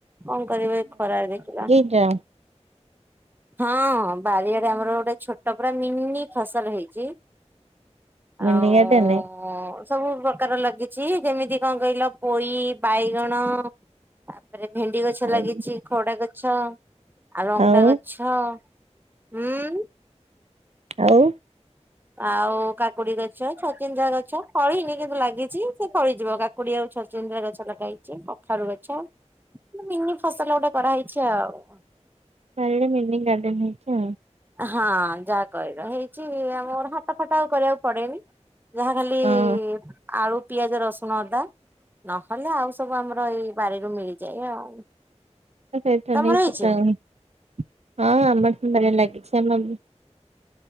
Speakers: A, on the right; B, on the right.
A: କଣ କରିବେ ଖରାରେ ଦେଖିଲ।
B: ଯା।
A: ହଁ ବାରିଆଡେ ଆମର ଗୋଟେ ଛୋଟ ପରା, ମିନି ଫସଲ ହେଇଛି।
B: ମିନି
A: ଆଉ
B: ଗାର୍ଡେନ
A: ଓଁ ସବୁ ପ୍ରକାର ଲାଗିଛି ଯେମିତି କଣ କହିଲ ପୋଇ, ବାଇଗଣ ତାପରେ ଭେଣ୍ଡି ଗଛ ଲାଗିଛି,
B: ଆଉ
A: ଖଡା ଗଛ ଆଉ, ଲଙ୍କା
B: ଆଉ
A: ଗ <unintelligible> ହୁଁ
B: ଆଉ?
A: ଆଉ କାକୁଡି ଗଛ ଛଚିନ୍ଦ୍ରା ଗଛ, ଫଳିନି କିନ୍ତୁ ଲାଗିଛି ସେ ଫଳିଯିବ। କୁଡି ଆଉ ଛଚିନ୍ଦର୍ ଗଛ ଲଗା ହେଇଛି କଖାରୁ ଗଛ। ମିନି ଫସଲ ଗୋଟେ କରାହଇଛି ଆଉ।
B: ଚାରିଆଡେ <unintelligible> ଗାର୍ଡେନ ହେଇଚି ଆଉ।
A: ହଁ ଯାହା କହିଲ, ହେଇଚି ଆମର ହାଟ ଫାଟ ଆଉ କରିବାକୁ ପଡେନି। ଯାହା ଖାଲି
B: ହଁ
A: ଆଳୁ, ପିଆଜ, ରସୁଣ, ଅଦା, ନହେଲେ ଆଉ ସବୁ ଆମର ଏଇ ବାରିରୁ ମିଳିଯାଏ ଆଉ।
B: ସେଇଟା
A: ତମର
B: ନେଇକି
A: ହେଇଛି
B: <unintelligible> <unintelligible> ଲାଗିଛି। ଆମ